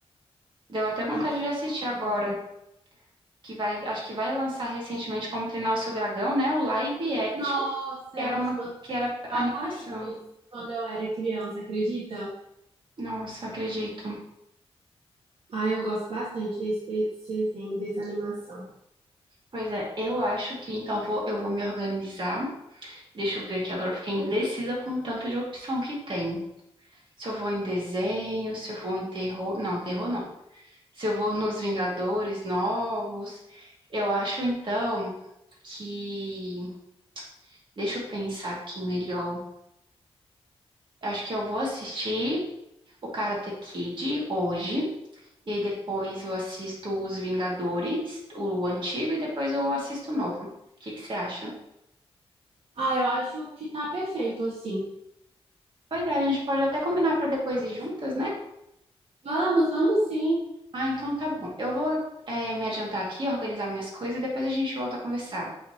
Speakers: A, on the right (about 50°); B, on the right (about 70°).
A: Deu até vontade
B: Ai,
A: de
B: eu
A: assistir
B: amo
A: agora,
B: também.
A: que vai, acho que vai lançar recentemente Como Treinar o Seu Dragão, né? O live action,
B: Nossa,
A: que era
B: é um
A: uma,
B: dos meus
A: que
B: filmes
A: era
B: favoritos
A: animação.
B: quando eu era criança, acredita?
A: Nossa, acredito.
B: ah eu gosto bastante desse, desse desenho, dessa animação.
A: Pois é, eu acho que então vou, eu vou me organizar. Deixa eu ver aqui agora, eu fiquei indecisa com o tanto de opção que tem. Se eu vou em desenho, se eu vou em terror. Não, terror não. Se eu vou <laughs> nos Vingadores novos. Eu acho então que. Deixa eu pensar aqui melhor. Acho que eu vou assistir o Karate Kid hoje. E aí depois eu assisto os Vingadores, o antigo, e depois eu assisto o novo. O que que você acha?
B: Ah, eu acho que tá perfeito assim.
A: Pois é, a gente pode até combinar para depois ir juntas, né?
B: Vamos, vamos sim.
A: Ah, então tá bom. Eu vou, eh, me adiantar aqui, organizar minhas coisas e depois a gente volta a conversar.